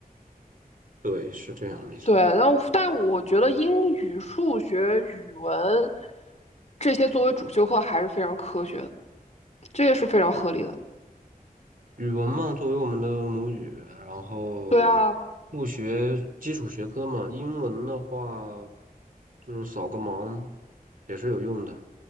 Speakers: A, on the right; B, on the left.
A: 对，是这样，没错。
B: 对，然后但我觉得英语、数学、语文这些作为主修课还是非常科学的，这也是非常合理的。
A: 语文嘛，作为我们的母语，然后不学基础学科嘛，
B: 对啊，
A: 英文的话就是扫个盲也是有用的，